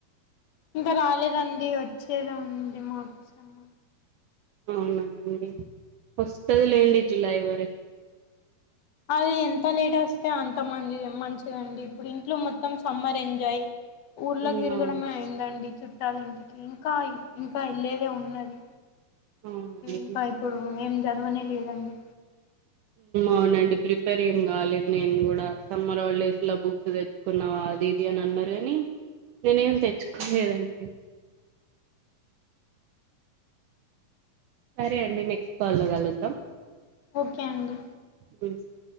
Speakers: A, on the left; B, on the right.
A: ఇంకా రాలేదండి వచ్చేది ఉంది మాది సెమ్
B: అవునాండి వస్తుదిలేండి జులై వరకు
A: అది ఎంత లేట్ వస్తే అంత మంచి మంచిదండి ఇప్పుడు ఇంట్లో మొత్తం సమ్మర్ ఎంజాయ్ ఊర్ళకి
B: మ్మ్
A: తిరగడం
B: అవును
A: అయిందండి చు పెట్టాలి ఇంటికి ఇంకా ఇంకా వెళ్ళదే ఉన్నది
B: అవునండి
A: ఇంకా ఇప్పుడు ఏం చదవనే లేదండి
B: అవునండి ప్రిపేర్ ఏం కాలేదు నేను కూడా సమ్మర్ హాలిడేస్ లా బుక్స్ తెచ్చుకున్నావా ఆది ఇది అని అన్నరు కాని నేనేం తెచ్చుకోలేదండి సరే అండి నెక్స్ట్ కాల్లో కలుద్దాం
A: ఓకే అండి
B: తెలుసా